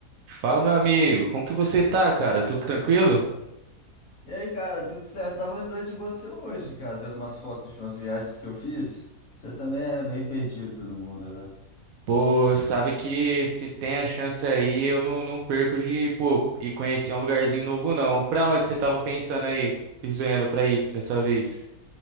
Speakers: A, on the right; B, on the left.
A: Fala, meu amigo, como que você tá, cara? Tudo tranquilo?
B: E aí, cara, tudo certo? Tava lembrando de você hoje, cara, vendo umas fotos de umas viagens que eu fiz. Você também é meio perdido no mundo, né?
A: Pô, sabe que se tem a chance aí, eu não, não perco de, pô, ir conhecer um lugarzinho novo, não. Pra onde você tava pensando aí, sonhando pra ir dessa vez?